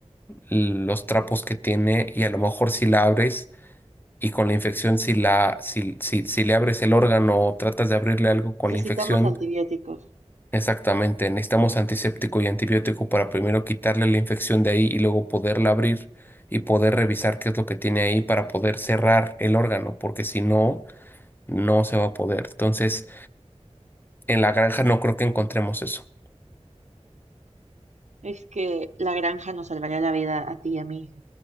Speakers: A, on the left (about 20°); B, on the right (about 80°).
A: los trapos que tiene y a lo mejor si la abres y con la infección si la si, si, si le abres el órgano o tratas de abrirle algo con
B: Necesitamos
A: la infección,
B: antibióticos.
A: exactamente, necesitamos antiséptico y antibiótico para primero quitarle la infección de ahí y luego poderla abrir y poder revisar qué es lo que tiene ahí para poder cerrar el órgano, porque si no no se va a poder. Entonces, en la granja no creo que encontremos eso.
B: Es que la granja nos salvaría la vida a ti y a mí,